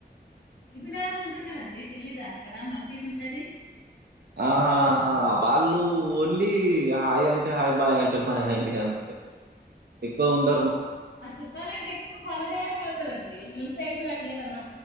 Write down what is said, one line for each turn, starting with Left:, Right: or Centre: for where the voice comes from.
Left: తెలుగుదారులు ఉంటారు కదండి తెలీదా అక్కడ మసీదు ఉంటది
Right: ఆహాహా వాళ్ళు ఓన్లీ హాయ్ అంటే హాయ్ బాయ్ అంటే బాయ్ అండి ఆన్ ఎక్కువ వుండ
Left: మా చుట్టాలు అయితే ఎక్కువ ఫలుదనే <unintelligible> మీ సైడ్ కూడ అట్లేమన్నా